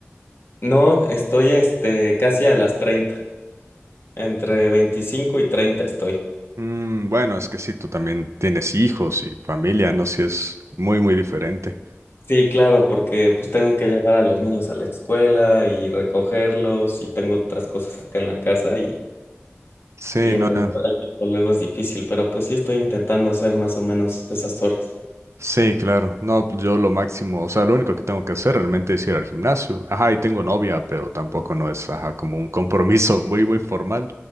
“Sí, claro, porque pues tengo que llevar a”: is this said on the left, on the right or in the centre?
Left